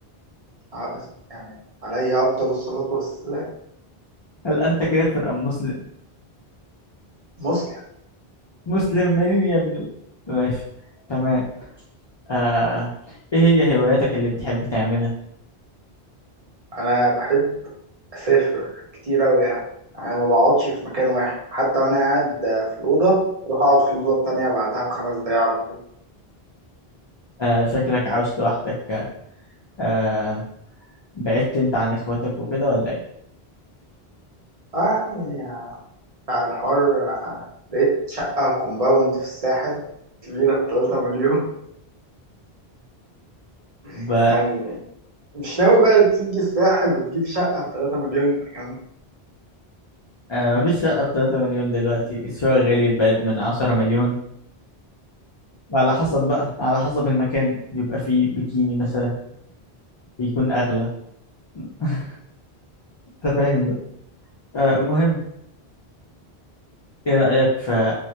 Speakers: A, on the right; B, on the left.
A: ع- يعني عليا أفضل الصلاة والسلام
B: هل أنت كافر أم مسلم؟
A: مسلم
B: مسلم منين يا ابني؟ ماشي تمام آه. إيه هي هواياتك اللي بتحب تعملها؟
A: أنا بحب أسافر كتير أوي يعني أنا ما بقعدش في مكان واحد حتى وأنا قاعد في الأوضة أروح أقعد في الأوضة التانية بعدها بخمس دقايق على طول
B: آه. شكلك عاوش لوحدك آه. بعدت أنت عن إخواتك وكده ولا إيه؟
A: يعني بتاع الحر آه، لقيت شقة كومباوند في الساحل كبيرة بتلاتة مليون
B: ب...
A: <laughs> يعني مش ناوي بقى تيجي الساحل وتجيب شقة بتلاتة مليون أنت كمان
B: آه. مفيش شقة بتلاتة مليون دلوقتي الشقة غليت بقت من عشرة مليون وعلى حسب بقى على حسب المكان بيبقى فيه بيكيني مثلا بيكون أغلى <laughs> أنت فاهم آه، المهم ايه رأيك في